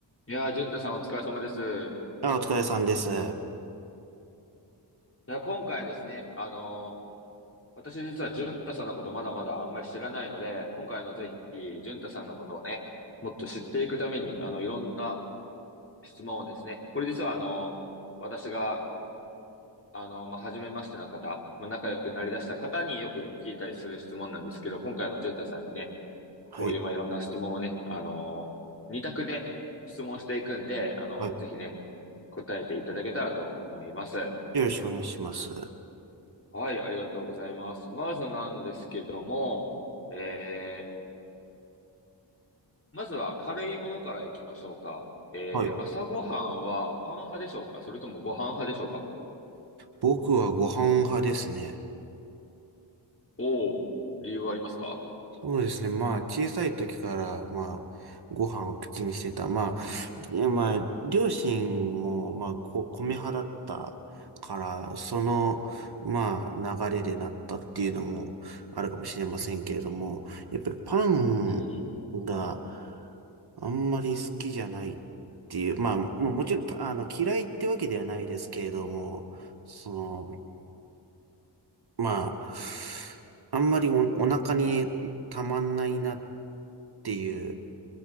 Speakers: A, on the left (about 30°); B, on the right (about 60°).
A: いやー、淳太さんお疲れ様です。い
B: あ、お疲れさんです。は
A: や、今回ですね、あのー私実は淳太さんのことまだまだあんまり知らないので、今回あのぜひ、淳太さんのことをね、もっと知っていくために、あの、いろんな質問をですね、これ実はあの、私が、あの、まあ、初めましての方、まあ、仲良くなりだした方によく聞いたりする質問なんですけど、今回の淳太さんにね、こういう、
B: い。
A: まあ、いろんな質問をね、あのー、二択で質問していくんで、あの、
B: はい。
A: ぜひね、答えていただけたらと思います。
B: よろしくお願いします。
A: はい、ありがとうございます。まずなんですけども、えー、まずは軽いものからいきましょうか。えー、
B: はい。
A: 朝ごはんはパン派でしょうかそれともご飯派でしょうか
B: 僕はご飯派ですね。
A: おー、理由はありますか
B: そうですね。まあ、小さい時から、まあ、ご飯を口にしてた。まあ、いやまあ、両親も、まあ、こう、米派だったから、その、まあ、流れでなったっていうのもあるかもしれませんけれども、やっぱりパン
A: うんうん。
B: があんまり好きじゃないっていう、まあ、ももちろん、あの、嫌いってわけではないですけれども、その、まあ、あんまりお、お腹にたまんないなっていう、